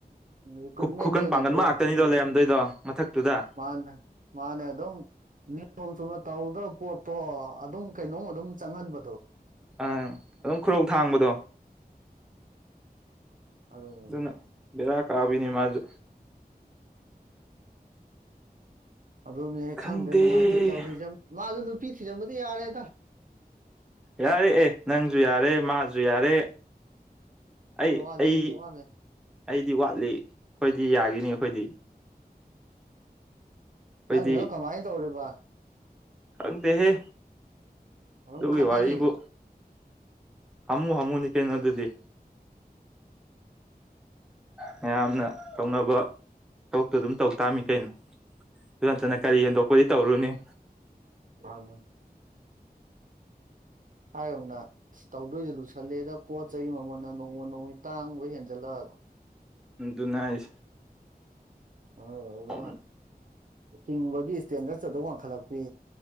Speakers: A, on the right; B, in the centre.
A: ꯔꯤꯀ꯭ꯔꯨꯏꯠꯃꯦꯟꯒꯤ
B: ꯈꯨ ꯈꯨꯀꯟ
A: ꯑꯣꯏꯅ
B: ꯄꯥꯡꯒꯟꯕ
A: ꯊꯣꯛꯂꯛ
B: ꯉꯥꯛꯇꯅꯤꯗꯣ ꯂꯩꯔꯝꯗꯣꯏꯗꯣ ꯃꯊꯛꯇꯨꯗ꯫
A: ꯃꯥꯅ ꯃꯥꯅꯑꯗꯨꯝ꯫ ꯅꯤꯌꯣꯝ ꯆꯨꯝꯅ ꯇꯧꯗꯧ ꯄꯣꯠꯇꯣ ꯑꯗꯨꯝ ꯀꯩꯅꯣꯝ ꯑꯗꯨꯝ ꯆꯪꯍꯟꯕꯗꯣ꯫
B: ꯑꯪ ꯑꯗꯨꯝ ꯈꯨꯔꯧ ꯊꯥꯡꯕꯗꯣ꯫
A: ꯑꯗꯨꯗꯨꯅ
B: ꯑꯗꯨꯅ ꯕꯦꯔꯥ ꯀꯕꯤꯅꯦ ꯃꯥꯖꯨ꯫
A: ꯑꯗꯨꯅꯦ
B: ꯈꯪꯗꯦ
A: ꯈꯪꯗ꯭ꯔꯦ ꯅꯨꯡꯉꯥꯏꯇꯦ ꯇꯧꯔꯤꯖꯦꯝ ꯃꯥꯖꯨ ꯅꯨꯄꯤ ꯊꯤꯖꯟꯕꯗꯤ ꯌꯥꯔꯦꯗ꯫
B: ꯌꯥꯔꯦ ꯑꯦ ꯅꯪꯖꯨ ꯌꯥꯔꯦ ꯃꯥꯖꯨ ꯌꯥꯔꯦ꯫ ꯑꯩ
A: ꯋꯥꯠꯂꯤ
B: ꯑꯩ
A: ꯑꯩꯗꯤ ꯋꯥꯠꯂꯤ
B: ꯑꯩꯗꯤ ꯋꯥꯠꯂꯤ ꯈꯣꯏꯗꯤ ꯌꯥꯒꯤꯅꯤ ꯑꯈꯣꯏꯗꯤ꯫ ꯑꯩꯈꯣꯏꯗꯤ
A: ꯅꯪꯒꯤꯗꯨꯅ ꯀꯃꯥꯏꯟ ꯇꯧꯔꯤꯕ꯫
B: ꯈꯪꯗꯦꯍꯦ
A: ꯑꯗꯨꯝ
B: ꯑꯗꯨꯒꯤ
A: ꯈꯠꯅꯔꯤ
B: ꯋꯥꯔꯤꯕꯨ꯫ ꯍꯃꯨ ꯍꯃꯨꯅꯤ ꯀꯩꯅꯣ ꯑꯗꯨꯗꯤ꯫ ꯃꯌꯥꯝꯅ ꯇꯧꯅꯕ ꯊꯕꯛꯇꯨ ꯑꯗꯨꯝ ꯇꯧ ꯇꯥꯝꯃꯤ ꯀꯩꯅꯣ꯫ ꯗꯨ ꯅꯠꯇꯅ
A: ꯎꯝ
B: ꯀꯔꯤ ꯍꯦꯟꯗꯣꯛꯄꯗꯤ ꯇꯧꯔꯨꯅꯤ꯫
A: ꯃꯥꯅꯦ꯫ ꯍꯥꯏꯒꯨꯝꯅ ꯇꯧꯗꯣꯏꯖꯦ ꯂꯨꯁꯜꯂꯦꯗ ꯄꯣꯠ ꯆꯩ ꯃꯃꯟꯅ ꯅꯣꯡꯃ ꯅꯣꯡꯃꯩ ꯇꯥꯡꯃꯕ ꯍꯦꯟꯖꯜꯂꯛ꯫
B: ꯑꯗꯨꯅ ꯍꯥꯢꯖꯦ
A: ꯑꯗꯨꯗꯨꯅ
B: ꯑꯣꯝ꯫
A: ꯍꯤꯡꯕꯒꯤ ꯏꯁꯇꯦꯟꯗꯔ ꯆꯠꯗꯧ ꯋꯥꯡꯈꯠꯂꯛꯄꯤ꯫